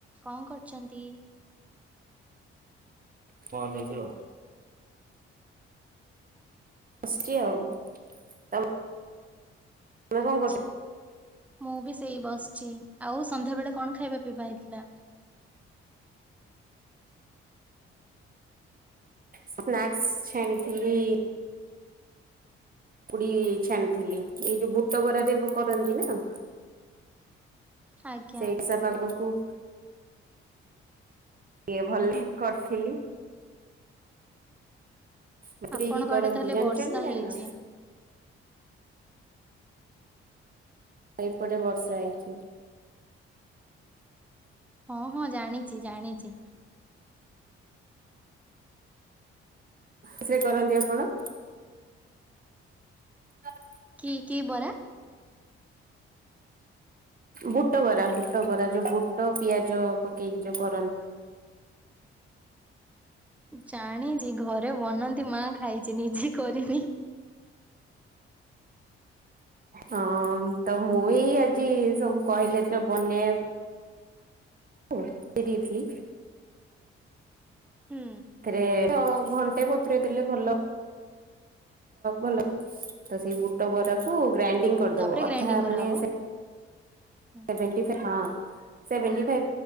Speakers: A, in the centre; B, on the right.
A: କଁ କରୁଚନ୍ତି?
B: କଁ ନେଇଚି ଆଉ। ବସିଚି ଆଉ। ତମେ କଣ
A: ଆଚ୍ଛା
B: କରୁଚ?
A: ମୁଁବି ସେଇ ବସିଚି ଆଉ ସନ୍ଧ୍ୟା ବେଳେ କଣ ଖାଇବା ପିଇବା ହେଇଥିଲା?
B: ସ୍ନାକ୍ସ ଛାଣିଥିଲି। ପକୁଡ଼ି ଛାଣିଥିଲି ଏଇ ଯୋଉ ବୁଟ ବରାସବୁ କରନ୍ତିନା।
A: ଆଜ୍ଞା
B: ସେଇସା ପାଙ୍ଗକୁ କିଟିଏ ଭଲକି କରିଥିଲି। ବତୁରେଇକି
A: ଆପଣଙ୍କ
B: କରନ୍ତି
A: ଆଡ଼େ ତାହେଲେ
B: ଜାଣିଚ
A: ବର୍ଷା
B: ନା ଜାଣିନ?
A: ହେଇଚି?
B: ଏପଟେ ବର୍ଷା ହେଇଚି।
A: ହଁ ହଁ ଜାଣିଚି ଜାଣିଚି।
B: ରୋଷେଇ କରନ୍ତି ଆପଣ? <unintelligible>
A: କି କି ବରା?
B: ବୁଟ ବରା ବୁଟ ବରା ଯୋଉ ବୁଟ ପିଆଜ ପକେଇକି ଯୋଉ କରନ୍ତି।
A: ଜାଣିଚି ଘରେ ବନନ୍ତି ମାଁ ଖାଇଚି ନିଜେ କରିନି।
B: ହଁ ତମୁଁ ଏଇ ଆଜି ସବୁ କହିଲେତ ବନେଇବା କୁ ଦେଇଥିଲି
A: ହଁ।
B: ଏଥିରେ କ ଘଣ୍ଟେବ ତ୍ରେ ଦେଲେ ଭଲ ଭଲ ତସେଇ ବୁ ବୁଟ ବରାକୁ ଗ୍ରାଇଣ୍ତିଙ୍ଗ
A: ହୁଁ
B: କରିଦବ
A: ତାପରେ
B: ଅଧା
A: ଗ୍ରାଇଣ୍ଡିଙ୍ଗ କରାହବ।
B: ମାନେ
A: ହୁଁ
B: ସେଭେଣ୍ତିନ୍ ପାଇପ୍ ପ୍ରର୍ଶଟେ ହଁ ସେଭେଣ୍ତିନ୍ ଫା